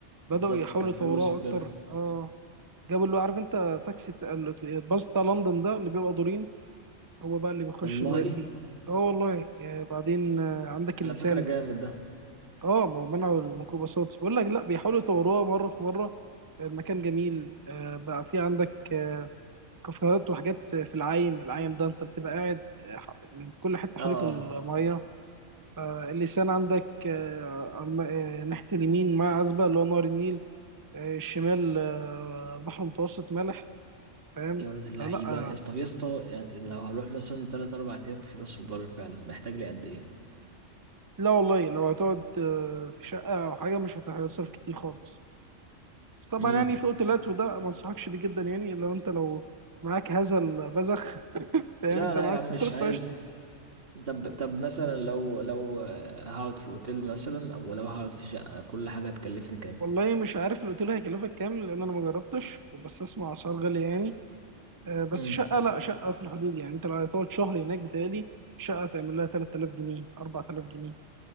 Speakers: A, on the right; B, on the right.
A: بدأوا
B: بالظبط
A: يحاولوا
B: كفلوس
A: يطوروها
B: وكده
A: أكتر اه جابوا اللي هو عارف أنت تاكسي بتاع- ال- الباص بتاع لندن ده اللي بيبقى دورين هو بقى اللي بيخش
B: والله
A: دلوقتي اه والله آه، بعدين آه، عندك اللسان
B: على فكرة جامد ده
A: اه ما هو منعوا الميكروباصات بقول لك لا بيحاولوا يطوروها مره في مره المكان جميل آه، بقى في عندك آه، كافيهات وحاجات في العايم العايم ده انت بتبقى قاعد آه، ح- من كل حته
B: اه
A: حواليك الميه
B: اه
A: آه، اللسان عندك آه، على الم- آه، ناحيه اليمين مع عزبه اللي هو نهر النيل آه، الشمال آه، بحر متوسط مالح فاهم
B: يا ولد اللعيبة
A: فلا آه،
B: يا اسطى طب يا اسطى يعني لو هروح مثلا تلات أربع أيام في راس البر فعلا محتاج لي قد إيه؟
A: لا والله لو هتقعد آه، في شقه او حاجه مش هتصرف كتير خالص بس طبعا
B: امم
A: يعني فوق الوقت وده ما انصحكش بيه جدا يعني لو انت لو معاك هذا البذخ <laughs> فاهم
B: لا
A: انت
B: لا
A: عايز
B: يا عم
A: تصرف
B: مش عايز
A: فقشطه
B: طب طب مثلا لو لو آه، هقعد في أوتيل مثلا أو لو هقعد في شقة كل حاجة هتكلفني كام؟
A: والله مش عارف الاوتيل هيكلفك كام لان انا ما جربتش وبس اسمع اسعار غاليه يعني آه، بس
B: امم
A: شقه لا شقه في الحدود يعني انت لو هتقعد شهر هناك بتهيألي شقه تعمل لها 3000 جنيه 4000 جنيه